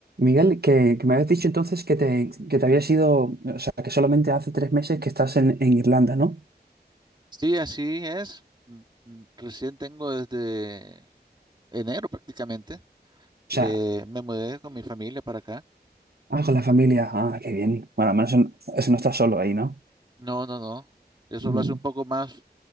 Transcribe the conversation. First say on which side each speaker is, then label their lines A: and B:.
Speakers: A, on the right; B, on the right.
A: Miguel, que, que me habías dicho entonces que te, que te habías ido, o sea, que solamente hace tres meses que estás en, en Irlanda, ¿no? O
B: Sí, así es. Mm, mm, Recién tengo desde enero prácticamente.
A: sea,
B: eh, me mudé con mi familia para acá.
A: ah, con la familia, ah, qué bien. Bueno, al menos en- eso no estás solo ahí, ¿no?
B: No, no, no. Eso
A: Mm.
B: lo hace un poco más,